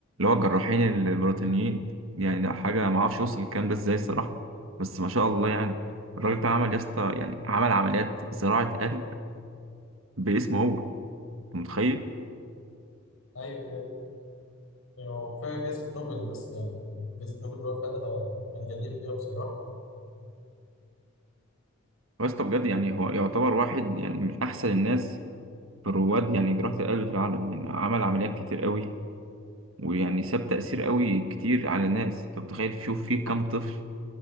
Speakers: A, on the right (about 75°); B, on the left (about 75°).
A: هو الجراحين البريطانيين يعني لا حاجة ما اعرفش وصل الكلام ده ازاي الصراحة بس ما شاء الله يعني الراجل ده عمل يا اسطى يعني عمل عمليات زراعة قلب باسمه هو انت متخيل؟
B: أيوه أيوه يعني هو كفاية جايزة نوبل بس يعني جايزة نوبل اللي هو خدها كان جدير بيها بصراحة
A: هو يا اسطى بجد يعني هو يعتبر واحد يعني من أحسن الناس في الرواد يعني جراحة القلب في العالم يعني عمل عمليات كتير قوي ويعني ساب تأثير قوي كتير على الناس انت متخيل شوف فيه كام طفل